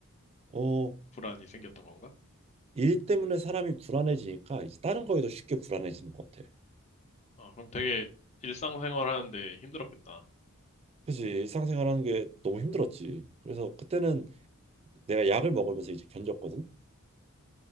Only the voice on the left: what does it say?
불안이 생겼던 건가?
아, 그럼 되게 일상생활 하는데 힘들었겠다.